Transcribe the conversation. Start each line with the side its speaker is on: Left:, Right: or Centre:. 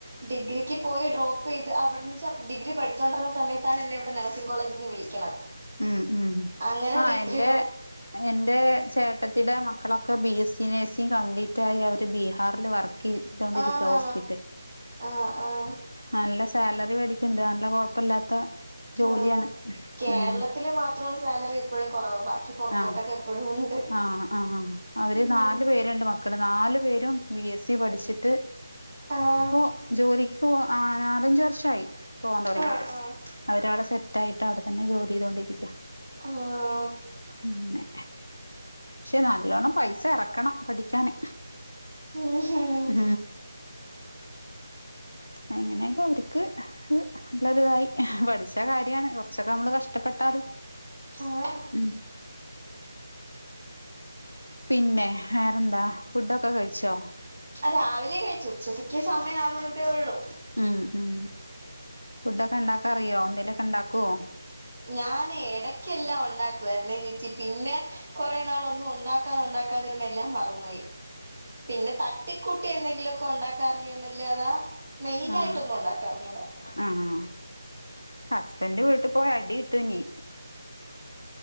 Right: ഡിഗ്രിക്ക് പോയി ഡ്രോപ്പ് ചെയ്ത് അവിടെന്ന് സാ ഡിഗ്രി പഠിച്ചുകൊണ്ടിർന്ന സമയത്താണ് എന്നെ ഇവിടെ നഴ്സിംഗ് കോളേജിൽ നിന്ന് വിളിക്കണത്
Left: ഉം ഉം
Right: അങ്ങനെ
Left: ആഹ്
Right: ഡിഗ്രി
Left: എന്റെ
Right: ഡോ
Left: എന്റെ ചേട്ടത്തിടെ മക്കളൊക്കെ ബി എസി നഴ്സിംഗ് കംപ്ലീറ്റ് ആയി അവര് ബീഹാറിൽ വർക്ക് യ് തോണ്ടിരിക്ക
Right: ആഹാ
Left: ഹോസ്പിറ്റൽ
Right: ആഹ് ആഹ്
Left: നല്ല സാലറി മേടിക്ക്ണ്ട് നല്ല കൊഴപ്പല്ലാത്ത ജോലിയാണ്
Right: ആഹ് കേരളത്തില്
Left: ഉം
Right: മാത്രമാണ് സാലറി എപ്പോഴും കുറവ് ബാക്കി പുറത്തോട്ടൊക്കെ
Left: ആഹ്
Right: എപ്പോഴും ഉണ്ട്
Left: ആഹ് ആഹ് ആഹ് അവര്
Right: ഉം
Left: നാലു പേരുണ്ട് മക്കള് നാലു പേരും ബി എസ് സി പഠിച്ചിട്ട്
Right: ആഹ്
Left: ഇപോ ജോലിക്ക് പോ നാലഞ്ച് വർഷയി പോവാൻ തുടങ്ങിട്ട്
Right: ആഹ് ആഹ്
Left: അവര് അവിടെ സെറ്റായിട്ട് അവിടെ തന്നെ ജോലി ചെയ്തുകൊണ്ടിരിക്ക
Right: ആഹ്
Left: അങ്ങനെ പക്ഷെ നല്ലോണ്ണം പൈസ ഇറക്കണം പഠിക്കാന്
Right: ഉം ഹും
Left: ഉം എങ്ങനൊക്ക അവര്ക്ക് ക്ക് നല്ലൊരിതായി പഠിച്ച കാര്യാണ് കുറച്ചൊക്കെ നമ്മള് കഷ്ടപ്പെട്ടാലും
Right: ആ ആഹ്
Left: ഉം പിന്നെ വേറെന്താ ഫുഡൊക്കെ കഴിച്ചോ
Right: ആഹ് രാവിലെ കഴിച്ചു ഉച്ചസക്ക് സമയം ആവണതേ ഉള്ളൂ
Left: ഉം ഉം ഫുഡൊക്കെ ഉണ്ടാകാൻഅറിയോ എന്തേലുക്കെ ഉണ്ടാകോ
Right: ഞാൻ ഇടക്കെല്ലാം ഉണ്ടാക്കു രുന്ന ചേച്ചി പിന്നെ കുറെേ നാള ഒന്നും ഉണ്ടാക്കാതെ ഉണ്ടാക്കാതിരുന്ന എല്ലാം മറന്നുപോയി പിന്നെ തട്ടിക്കുട്ടി എന്തെങ്കിലുമൊക്കെ ഉണ്ടാക്കാ അറിയ എന്നല്ലാതാ മെയിനായിട്ടൊന്നും
Left: ആഹ്
Right: ഉണ്ടാക്കറിഞ്ഞൂടാ
Left: ആഹ് ഹസ്ബൻ ന്റ് വീട്ട് പോയ അടി കിട്ടു നീ